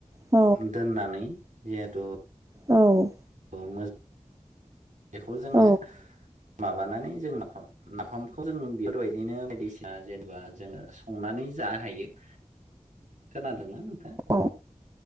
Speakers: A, on the right (about 25°); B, on the right (about 75°).
A: औ
B: दोननानै जिहेतु
A: औ
B: <unintelligible> बेखौ जोङो
A: औ
B: माबानानै जों मा नाफामखौ जों बेफोरबायदिनो बायदिसिना जेनेबा जोङो संनानै जानो हायो खोनादोंना नोंथां
A: औ